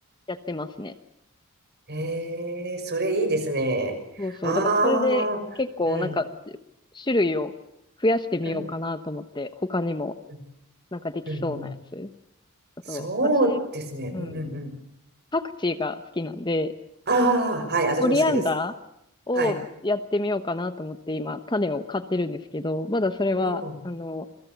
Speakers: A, on the left; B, on the right.
A: やってますね。
B: ええそれいいですね。
A: そうそう。
B: ああ、
A: だからそれで結構なんか
B: うん、
A: 種類を増やしてみようかなと思って、
B: うん、
A: 他にも
B: うん、
A: なんかできそうなやつ。
B: うん。うん
A: あと、
B: そうですね。
A: 私、うん、
B: うん、うん、うん。
A: パクチーが好きなんで、
B: ああ、はい、私も好きです。
A: オリアンダーをやってみようかなと思って今、
B: はい。
A: 種を買ってるんですけど、まだそれは、
B: おー
A: あの、